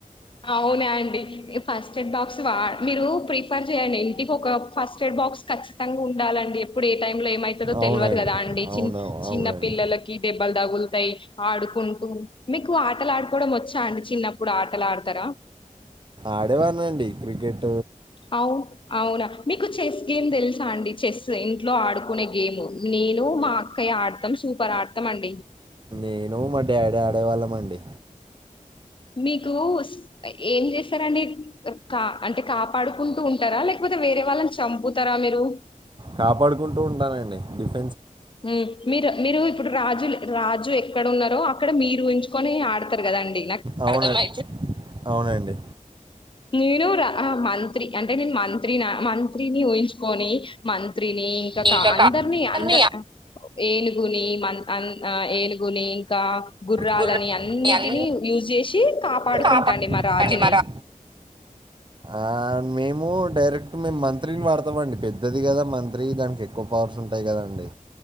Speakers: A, on the left; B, on the right.
A: అవునా అండి ఫస్ట్ ఎయిడ్ బాక్స్ వా మీరు ప్రిఫర్ చేయయండి ఇంటికి ఒక ఫస్ట్ ఎయిడ్ బాక్స్ కఖచ్చితంగా ఉండాలండి ఎప్పుడు ఏ టైం లో ఏమైతదో
B: అవునండి.
A: తెలియదు కదా అండి
B: అవును.
A: చి చిన్న
B: అవునండి.
A: పిల్లలకి దెబ్బలు తగులుతాయి ఆడుకుంటూ మీకు ఆటలు ఆడుకోవడం వచ్చా అండి చిన్నప్పుడు ఆటలాడు తరా
B: ఆడేవాన్నండి క్రికెట్
A: అవ్ అవునా మీకు చెస్ గేమ్ తెలుసా అండి చెస్ ఇంటి లో ఆడుకునే గేమ్ నేను మా అక్కయి ఆడతాం సూపర్ ఆడతాం అండి
B: నేను మా డాడ్ ఆడేవాళ్ళం అండి
A: మీకు స్ ఏం చేస్తారన్డి కా అంటే కాపాడుకుంటూ ఉంటారా లేకపోతే వేరే వాళ్ళని చంపుతారా మీరు
B: కాపాడుకుంటూ ఉంటానండి డిఫ్
A: మీ మీర్ మీరు ఇప్పుడు రాజు రాజు ఎక్కడ ఉన్నారో అక్కడ మీరు ఉంయిన్ చుకొని ఆడతారు కదాండి
B: అవునన్ అవునండి
A: నేను రా మంత్రి అంటే నేను మంత్రి నా మంత్ త్రినీ వుయించుకొని మం త్రిని ఇంక కా
B: ఇక
A: అందర్ని
B: కాపర్‌ని
A: అంద ఏనుగుని మన్ అన్ ఏనుగుని కా గుర్రాలని
B: గుర్రాన్ని
A: అన్నిటిని
B: అన్నీ
A: యూజ్ చేసి కాపాడుకుంటాండి
B: కాపాడాలి
A: మా రాజుని
B: మరా. ఆ! మేము డైరెక్ట్ మేము మంత్రిని వాడతాం అండి పెద్దది కదా మంత్రి దానికి ఎక్కువ పవర్స్ ఉంటాయి కదా అండి